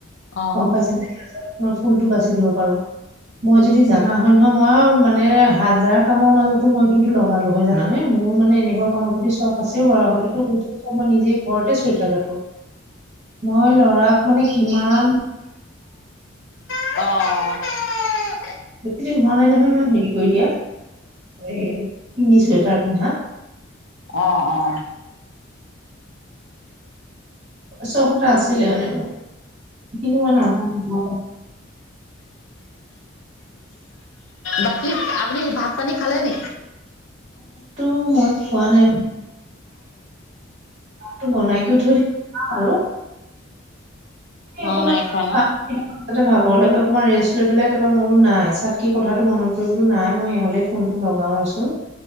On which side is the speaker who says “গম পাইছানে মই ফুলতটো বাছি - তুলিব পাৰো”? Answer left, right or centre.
Right